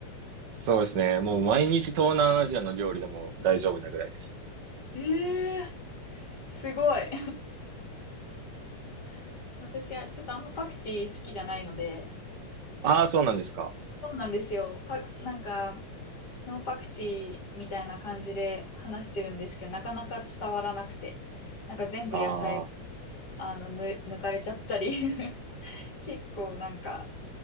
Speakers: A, on the right; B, on the left.
A: そうですね。もう毎日東南アジアの料理でも大丈夫なぐらいです。
B: えー、すごい。<laughs> 私はちょっとあんまパクチー好きじゃないので、
A: あー、そうなんですか。
B: そうなんですよ。パク、なんか、ノーパクチーみたいな感じで話してるんですけど、なかなか伝わらなくて、なんか全部野菜、
A: ああ
B: あの、ぬ、抜かれちゃったり <laughs> 結構なんか、